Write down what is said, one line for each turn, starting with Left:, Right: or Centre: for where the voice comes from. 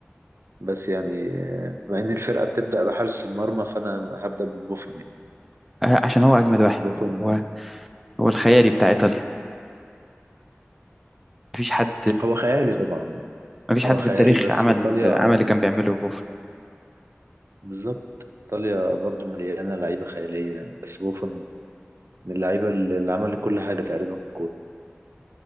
Right: بس يعني آه، بما إن الفرقة بتبدأ بحارس المرمى فأنا هبدأ ببوفون يعني
Centre: آه، عشان هو اجمد واحد
Right: بوفون
Centre: هو هو الخيالي بتاع ايطاليا مفيش حد
Right: هو خيالي طبعا
Centre: مفيش
Right: هو
Centre: حد
Right: خيالي
Centre: في التاريخ
Right: بس
Centre: عمل
Right: إيطاليا
Centre: عمل اللي كان بيعمله بوفون
Right: بالظبط إيطاليا برضو مليانة لعيبة خيالية يعني بس بوفون من اللعيبة اللي اللي عمل كل حاجة تقريبا في الكورة